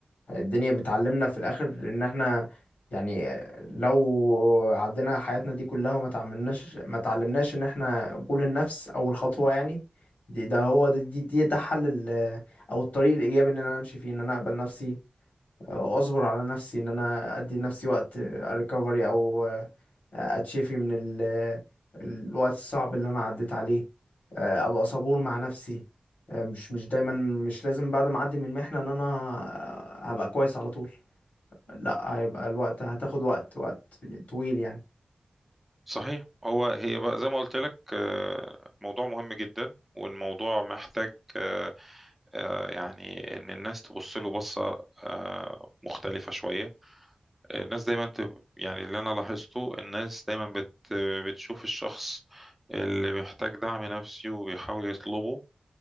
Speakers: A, on the left (about 80°); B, in the centre.
A: الدنيا بتعلمنا في الاخر ان احنا يعني لو عدينا حياتنا دي كلها وما تعملناش ما تعلمناش ان احنا قبول النفس اول خطوة يعني دي ده هو ده دي, دي ده حل ال- او الطريق الايجابي ان انا امشي فيه ان انا اقبل نفسي اصبر على نفسي ان انا ادي نفسي وقت ريكفري او اتشفي من ال... الوقت الصعب اللي انا عديت عليه ابقى صبور مع نفسي مش مش دايما مش لازم بعد ما اعدي من محنة ان انا هبقى كويس على طول لا هيبقى الوقت هتاخد وقت وقت طويل يعني
B: صحيح هو هي بقى زي ما قلت لك آه، موضوع مهم جدا والموضوع محتاج آه، آه، يعني ان الناس تبص له بصه آه، مختلفه شويه الناس دايما تب... يعني اللي انا لاحظته الناس دايما بت... بتشوف الشخص اللي محتاج دعم نفسي وبيحاول يطلبه